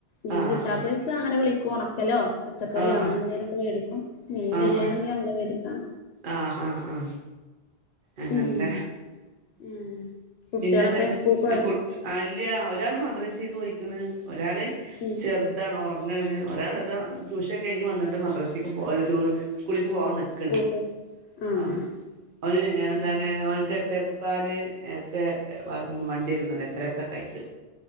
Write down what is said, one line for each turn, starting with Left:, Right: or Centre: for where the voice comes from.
Left: മീൻ
Right: ആഹ്
Left: കിട്ടാത്ത ദിവസ അങ്ങനെ വിളിക്കും ഉണക്കല്ലോ പച്ചക്കറിയോ
Right: ആഹ്
Left: അങ്ങനെ
Right: ആഹ്
Left: എന്തെലുംക്കെ മേടിക്കും മീൻ
Right: ആഹ്
Left: ബിരിയാണെങ്കിൽ
Right: ആഹ്
Left: അങ്ങനെ മേടിക്കാം
Right: ആഹ് ആഹ് ആഹ് അങ്ങനെല്ലേ
Left: ഉം ഉം കുട്ടികളൊക്കെ
Right: പിന്നെ എന്താ
Left: സ്കൂൾക്ക് പോയോ
Right: കു അല് ഒരാള് മദ്രസക്ക് പോയി <unintelligible> ഒരാള്
Left: ഉം
Right: ചെറുതാണ് <unintelligible> ങ്ങാണ് ഒരാളെതാ ട്യൂഷൻ കഴിഞ്ഞ് വന്നിട്ട് മദ്രാസക്ക് പോ <unintelligible> കുളിക്ക് പോവാൻ നിൽക്കണ്
Left: സ്കൂൾക്ക് പോയി ആഹ്
Right: ആ അവന് എന്താണ്
Left: ഉം
Right: അവനക്ക് <unintelligible> മുക്കാൽ ഒക്കെ വണ്ടി ഇരുന്നു എത്രയൊക്കെ <unintelligible>